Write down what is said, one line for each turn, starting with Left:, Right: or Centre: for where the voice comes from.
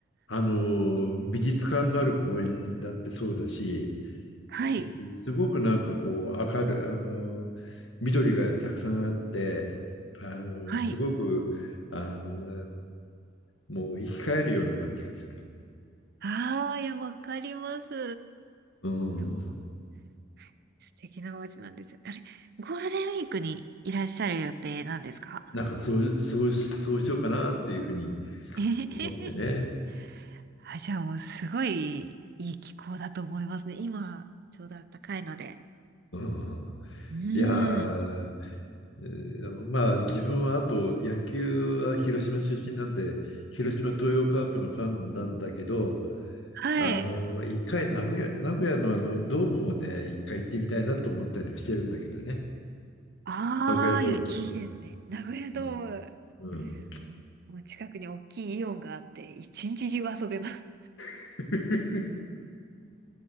Left: あの、美術館のある公園だってそうだし、
Right: <laughs> はい。
Left: すすごくなんかこう、明るい、あの、緑がたくさんあって、あの、
Right: はい。
Left: すごく、あの、もう生き返るような感じがする。
Right: ああ、いや、わかります。
Left: うん。
Right: いや、もう素敵な街なんですよ。あれ、ゴールデンウィークにいらっしゃる予定なんですか
Left: なんかそう、そう、そうしようかなっていうふうに
Right: えへへへ
Left: 思ってね。
Right: <laughs> あ、じゃあもうすごいいい気候だと思いますね。今、ちょうど暖かいので。
Left: うん。
Right: うーん。
Left: いやー、えーまあ自分はあと野球は広島出身なんで、広島東洋カープのファンなんだけど、
Right: はい。
Left: あの、一回名古屋、名古屋のあの、ドームもね、一回行ってみたいなと思ったりもしてるんだけどね。
Right: ああ、
Left: 名古屋ドーム。
Right: いや、いいですね。名古屋ドーム、
Left: うん。うん。うん
Right: もうもう近くに大きいイオンがあって、一日中遊べます。
Left: <laughs>